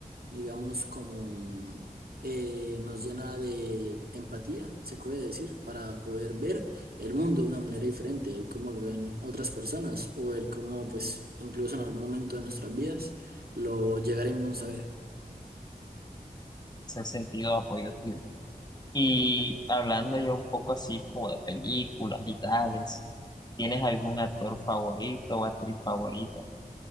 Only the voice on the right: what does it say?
digamos, como eh, nos llena de empatía, se puede decir, para poder ver el mundo de una manera diferente, el cómo lo ven otras personas o el cómo, pues, incluso en algún momento de nuestras vidas lo llegaremos a ver.